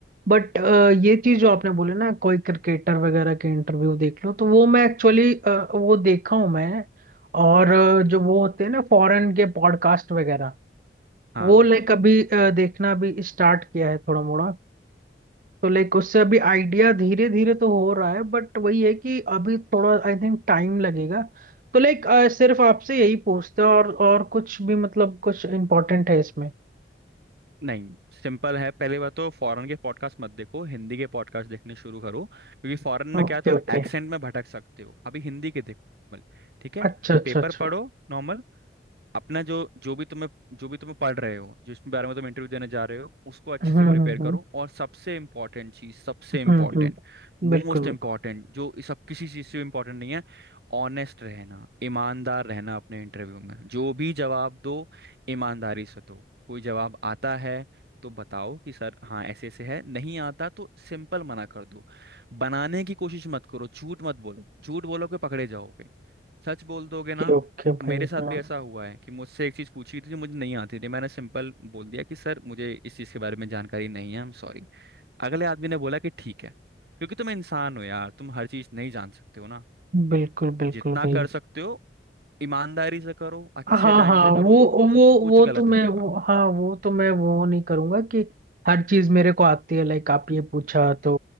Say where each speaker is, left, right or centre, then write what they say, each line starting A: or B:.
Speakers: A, on the right (about 50°); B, on the right (about 65°).
A: बट ये चीज जो आपने बोले ना कोई क्रिकेटर वगैरह के इंटरव्यू देख लो तो वो मैं एक्चुअली वो देखा हूँ मैं और अ, जो वो होते हैं ना फॉरेन के पॉडकास्ट वगैरह
B: हाँ
A: वो लाइक अभी अ, देखना भी स्टार्ट किया है थोड़ा मोड़ा तो लाइक उससे अभी आइडिया धीरे धीरे तो हो रहा है बट वही है कि अभी थोड़ा आई थिंक टाइम लगेगा तो लाइक सिर्फ आपसे यही पूछते हैं और और कुछ भी मतलब कुछ इम्पोर्टेंट है इसमें
B: नहीं सिंपल है पहली बात तो फॉरेन के पॉडकास्ट मत देखो हिंदी के पॉडकास्ट देखने शुरू करो क्योंकि फॉरेन में
A: Okay
B: क्या है तुम
A: okay
B: एक्सेंट में भटक सकते हो अभी हिंदी के देखो normal, ठीक है
A: अच्छा अच्छा
B: पेपर
A: अच्छा
B: पढ़ो नॉर्मल अपना जो जो भी तुम्हें जो भी तुम्हें पढ़ रहे हो जिस बारे में तुम इंटरव्यू देने जा रहे हो उसको अच्छे
A: हम्म
B: से
A: हम्म
B: प्रिपेयर
A: हम्म
B: करो
A: हम्म,
B: और सबसे इम्पोर्टेंट चीज सबसे
A: हम्म,
B: इम्पोर्टेंट
A: हम्म। बिल्कुल
B: मोस्ट
A: बिल्कुल
B: इम्पोर्टेंट जो इस सब किसी चीज से इम्पोर्टेंट नहीं है ऑनेस्ट रहना ईमानदार रहना अपने इंटरव्यू में जो भी जवाब दो ईमानदारी से दो कोई जवाब आता है तो बताओ कि सर हाँ ऐसे ऐसे है नहीं आता तो सिंपल मना कर दो बनाने की कोशिश मत करो झूठ मत बोलो झूठ बोलोगे पकड़े जाओगे सच बोल दोगे ना
A: ये ओके
B: मेरे
A: भाई
B: साथ
A: हाँ
B: भी ऐसा हुआ है कि मुझसे एक चीज़ पूछी थी जो मुझे नहीं आती थी मैंने सिंपल बोल दिया कि सर मुझे इस चीज़ के बारे में जानकारी नहीं है आई एम सॉरी अगले आदमी ने बोला कि ठीक है क्योंकि तुम इंसान हो यार तुम हर चीज़ नहीं जान सकते हो ना
A: बिल्कुल बिल्कुल
B: जितना
A: भाई
B: कर सकते हो ईमानदारी से करो अच्छे
A: हाँ
B: टाइम
A: हाँ
B: से करो
A: वो वो
B: कुछ
A: वो
B: गलत
A: तो मैं
B: नहीं होगा
A: वो, हाँ वो तो मैं वो नहीं करूंगा कि हर चीज मेरे को आती है लाइक आप ये पूछा तो